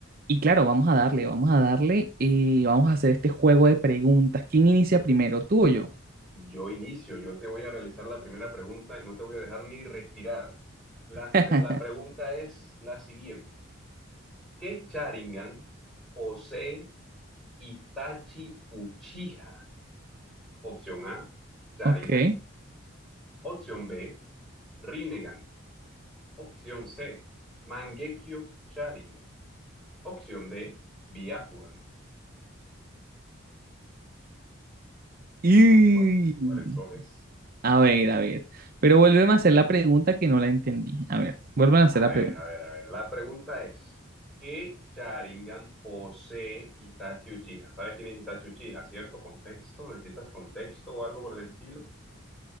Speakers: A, on the right; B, in the centre.
A: Y claro, vamos a darle, vamos a darle y vamos a hacer este juego de preguntas. ¿Quién inicia primero, tú o yo?
B: Yo inicio, yo te voy a realizar la primera pregunta y no te voy a dejar ni respirar. La, se-
A: <laughs>
B: la pregunta es la siguiente. ¿Qué Sharingan posee Itachi Uchiha? Opción A. Sharingan.
A: Ok.
B: Opción B, Rinnegan. Opción C, Mangekyo Sharingan. Opción D, Byakugan.
A: Y...
B: ¿Cuál, cuál escoges?
A: A ver, a ver. Pero vuélveme a hacer la pregunta que no la entendí. A ver, vuélveme a hacer
B: A
A: la
B: ver,
A: pregunta.
B: a ver, a ver. La pregunta es, ¿qué Sharingan posee Itachi Uchiha? ¿Sabes quién es Itachi Uchiha, cierto? ¿Contexto? ¿Necesitas contexto o algo por el estilo?